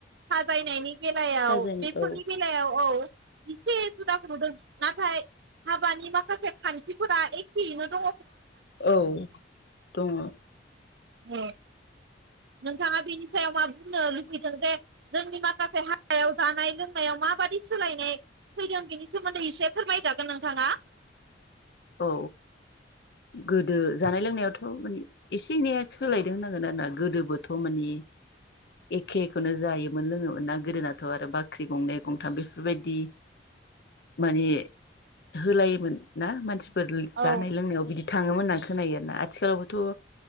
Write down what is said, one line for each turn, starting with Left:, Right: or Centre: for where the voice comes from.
Right: साजायनायनि बेलायाव
Left: साजायनो
Right: बेफोरनि
Left: औ
Right: बेलायाव औ इसे खुदाखो नुदों नाथाय हाबानि माखासे खा थि फोरा एखेयैनो दङ
Left: औ दङ।
Right: ओ नोंथाङा बेनि सायाव मा बुंनो लुबैदों जे जोंनि माखासे हाबायाव जानाय लोंनायाव माबादि सोलायनाय फैदों बेनि सोमोन्दै एसे फोरमायजागोन नोंथाङा।
Left: औ गोदो जानाय लोंनायावथ माने एसे एनैया सोलायदों होननांगोन आरो ना गोदोबोथ माने एखेखौनो जायोमोन लोङोमोन ना गोदोनाथ आरो बाख्रि गंनै गंथाम बेफोरबायदि माने होलायोमोन ना मानसि फोर जानाय
Right: औ
Left: लोंनायाव बिदि थाङोमोन होनना खोनायो आरो ना आथिखालावबोथ